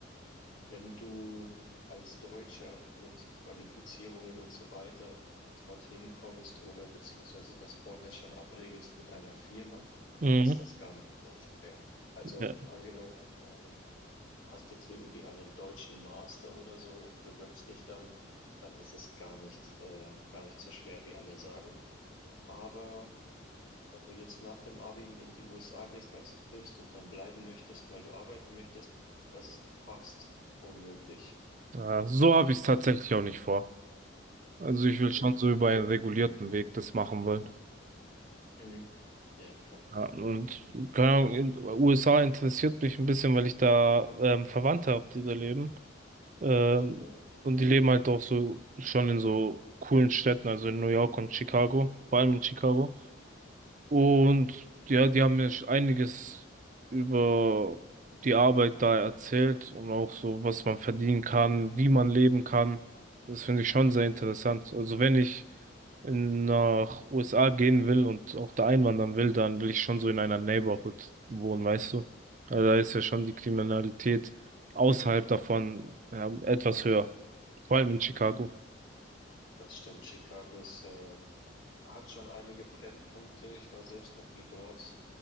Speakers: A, on the left; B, on the right.
A: wenn du als Deutscher mit Qualifizierungen und so weiter dorthin kommst oder beziehungsweise das vorher schon abregelst mit einer Firma,
B: Mhm.
A: dann ist das gar nicht so schwer. Also
B: Ja.
A: angenommen, du hast jetzt irgendwie einen deutschen Master oder so und bewirbst dich dann, dann ist es gar nicht, äh, gar nicht so schwer, wie alle sagen. Aber Wenn du jetzt nach dem Abi in die USA gehst als Tourist und dann bleiben möchtest, weil du arbeiten möchtest, das ist fast unmöglich,
B: Ja, so
A: würde
B: habe
A: ich
B: ich es tatsächlich
A: sagen.
B: auch nicht vor. Also ich will
A: Mhm.
B: schon so über einen regulierten Weg das machen wollen.
A: Mhm. Ja, klar.
B: Ja, und keine Ahnung, in USA interessiert mich ein bisschen, weil ich da ähm, Verwandte habe, die da leben. Ähm,
A: Ja,
B: und die leben halt auch so schon in so coolen Städten, also in New York und Chicago, vor allem in Chicago. Und ja, die haben mir einiges über die Arbeit da erzählt und auch so, was man verdienen kann, wie man leben kann. Das finde ich schon sehr interessant. Also wenn ich in, nach USA gehen will und auch da einwandern will, dann will ich schon so in einer Neighborhood wohnen, weißt du? Also da ist ja schon die Kriminalität außerhalb davon ja, etwas höher, vor allem in Chicago.
A: das stimmt. Chicago ist, äh, hat schon einige Brennpunkte. Ich war selbst noch nie dort,